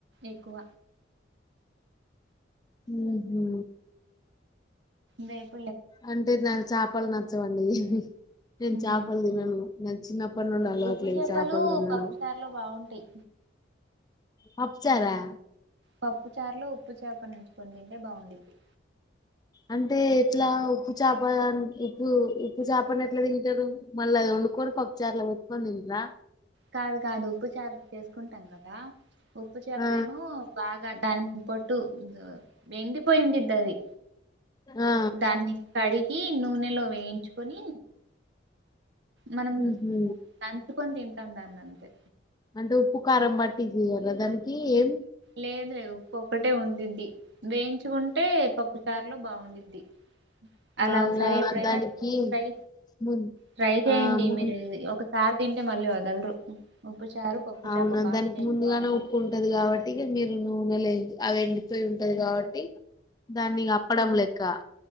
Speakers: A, on the right; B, on the left.
A: ఎక్కువ.
B: ఉహు
A: దేవ్
B: అంటే నాకు చేపలు నచ్చవండి హిహి నేను
A: ఉహు
B: చేపలు తినను నా చిన్న కొనుండు అలవాటు
A: ఉప్పు
B: లేదు చేపలు తినడం
A: పప్పుచారులో బాగుంటాయి
B: పప్చారా
A: పప్పు చార్లో ఉప్పు చేపనించుకొని తింటే బావుండుద్ది.
B: అంటే ఎట్లా ఉప్పు చేప ఉప్పు ఉప్పు చేపను ఎట్లా తింటారు? మళ్ళ అది వండుకోని పప్ చార్ల పెట్టుకొని తింటర
A: కాదు కాదు ఉప్పు చేప చేసుకుంటాం కదా ఉప్పు చేప
B: ఆ
A: ఏమో బాగా దాని పోటు వెండిపోయిందిడ్డాది
B: ఆ
A: దాన్ని కడి ఈ నూనెలో వేయించుకొని మనం
B: ఉహు
A: నంచుకొని తింటాం దాన్నన్తే
B: దు ఉప్పు, కారం బట్టి చేయాలి దానికి ఏం
A: లేదు లేదు ఉప్పు ఒక్కటే ఉండిద్ది. వేయించుకుంటే పప్పు చారులో బావుండుద్ధి. అలా
B: ఆ
A: ఒకసారి
B: ఇంగా
A: ఎప్పుడైనా
B: దానికి
A: ఫ్రై
B: ము
A: ట్రై చేయండి
B: ఆ ము
A: మీరు ఇది ఒకసారి తింటే మళ్ళీ వదలరు. ఉప్పు చారు పప్పు
B: అవునా
A: చేప కాంబినేషన్
B: దానికి ముందుగానే
A: బాగుండిద్ది
B: ఉప్పు ఉంటది కాబట్టి ఇగా మీరు నూనె లే అవి వెళ్ళిపోయి ఉంటది కాబట్టి దాన్ని అప్పడం లేక్క